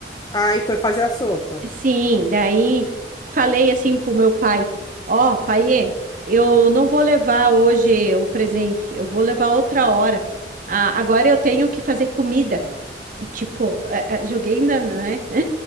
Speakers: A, on the left; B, on the right.
A: Aí foi fazer a sopa.
B: Sim, daí falei assim pro meu pai: Ó, paiê, eu não vou levar hoje o presente, eu vou levar outra hora. Ah, agora eu tenho que fazer comida. Tipo, é, é, joguei ainda, né?